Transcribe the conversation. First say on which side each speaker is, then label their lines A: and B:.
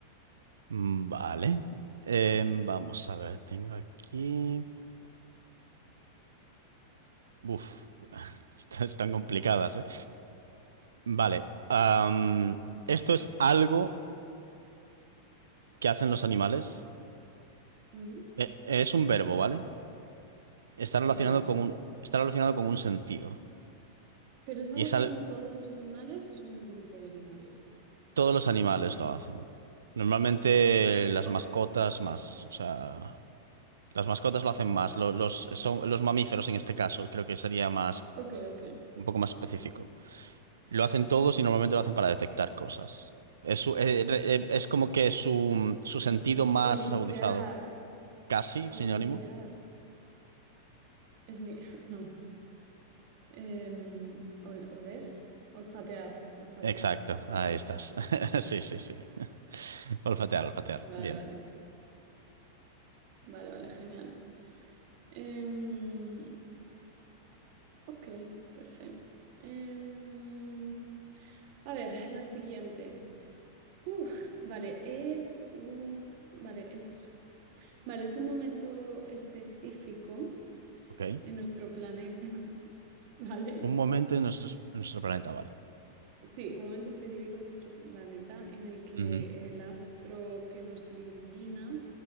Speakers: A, on the right; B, on the right.
A: Mm, Vale. Eh, vamos a ver, tengo aquí. Uf, <laughs> estas están complicadas, ¿eh? Vale. am, esto es algo que hacen los animales.
B: Ujú,
A: Eh, es un verbo, ¿vale? Está relacionado
B: Vale.
A: con un, está relacionado con un sentido.
B: ¿Pero es algo
A: Y es,
B: que
A: al-
B: hacen todos los animales o son un grupo de animales?
A: Todos los animales lo hacen. Normalmente las
B: Ok.
A: mascotas más, o sea, las mascotas lo hacen más. Lo- los, son, los mamíferos en este caso, creo que sería más,
B: Ok, ok.
A: un poco más específico. Lo hacen todos y normalmente lo hacen para detectar cosas. Es, su- eh, re- eh, es como que su, su sentido más
B: Olisquear,
A: agudizado, casi sinónimo.
B: olisquear. Es ni... <laughs> No. Em, ol- oler, olfatear, olfatear,
A: Exacto, ahí
B: olfato.
A: estás. <laughs> Sí, sí, sí. Olfatear, olfatear.
B: Vale,
A: Bien,
B: vale, vale, vale, genial. Em, ok, perfecto. Em, a ver, la siguiente. Uf, vale, es un, vale, es, vale, es un momento específico
A: ok.
B: en nuestro planeta, <laughs> ¿vale?
A: Un momento en nuestros- en nuestro planeta, vale.
B: Sí, un momento específico en nuestro planeta en el que
A: Ujú,
B: el astro que nos ilumina